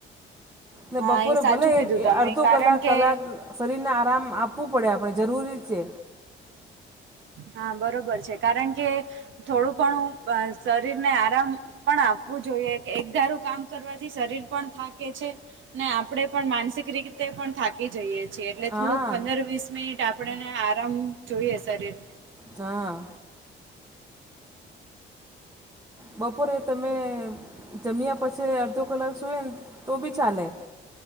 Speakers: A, on the right; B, on the right.
A: ને
B: હા
A: બપોરે
B: એ સાચું
A: ભલે એક
B: કીધું તમે
A: અડધો
B: કારણ
A: કલાક-કલાક
B: કે
A: શરીરને આરામ આપવું પડે આપણે જરૂરી છે.
B: હા, બરોબર છે કારણ કે થોડું-ઘણું શરીરને આરામ પણ આપવું જોઈએ એકધારું કામ કરવાથી શરીર પણ થાકે છે ને આપડે પણ માનસિક રીતે પણ થા કી જઈએ છીએ એટલે
A: હા
B: થોડોક પંદર-વીસ મિનિટ આપણને આરામ જોઈએ શરીર
A: હા. બપોરે તમે જમ્યા પછી અડધો કલાક સૂઈને તો બી ચાલે.